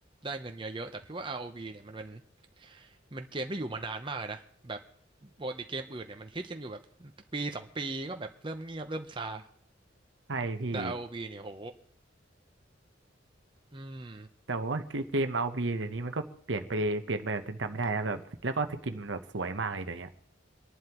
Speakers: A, on the right; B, on the right.
A: ได้เงินเยอะๆแต่พี่ว่า ROV เนี่ยมันเป็นมันเกมที่อยู่มานานมากเลยนะแบบปกติเกมอื่นเนี่ยมันฮิตกันอยู่แบบปีสองปีก็แบบเริ่มเงียบเริ่มซา
B: ใช่พี่
A: แต่ ROV เนี่ยโหอืม
B: แต่ผมว่าเกมเอาบีเดี๋ยวนี้มันก็เปลี่ยนไปเปลี่ยนไปแบบจนจำไม่ได้นะแบบแล้วก็สกินมันแบบสวยมากเลยเดี๋ยวเนี้ย